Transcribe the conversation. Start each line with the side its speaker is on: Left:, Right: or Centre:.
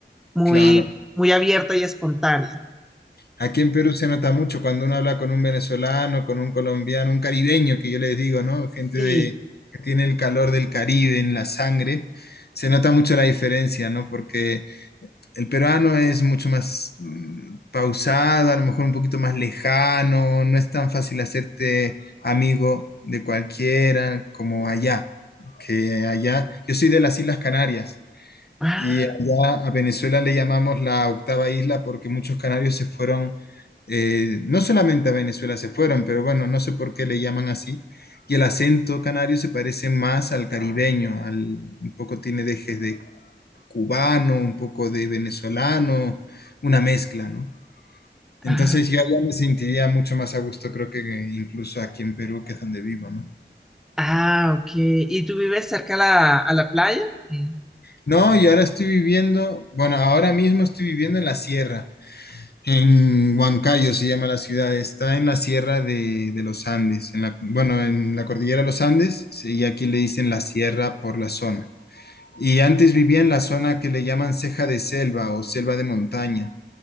Centre: Muy,
Left: Claro.
Centre: muy abierta y espontánea.
Left: Aquí en Perú se nota mucho cuando uno habla con un venezolano, con un colombiano, un caribeño, que yo les digo, ¿no? Gente
Centre: Y,
Left: de, que tiene el calor del Caribe en la sangre. Se nota mucho la diferencia, ¿no? Porque el peruano es mucho más mm, pausado, a lo mejor un poquito más lejano, no es tan fácil hacerte amigo de cualquiera como allá, que allá. Yo soy de las Islas Canarias.
Centre: ah,
Left: Y allá a Venezuela le llamamos la octava isla porque muchos canarios se fueron, eh, no solamente a Venezuela se fueron, pero bueno, no sé por qué le llaman así. Y el acento canario se parece más al caribeño, al, un poco tiene dejes de cubano, un poco de venezolano, una mezcla, ¿no? Entonces
Centre: ah,
Left: yo allá me sentiría mucho más a gusto, creo que eh, incluso aquí en Perú, que es donde vivo, ¿no?
Centre: ah, ok. ¿Y tú vives cerca a la, a la playa? Sí.
Left: No, y ahora estoy viviendo, bueno, ahora mismo estoy viviendo en la sierra. En Huancayo se llama la ciudad, está en la sierra de, de los Andes, en la, bueno, en la cordillera de los Andes, sí, y aquí le dicen la sierra por la zona. Y antes vivía en la zona que le llaman ceja de selva o selva de montaña,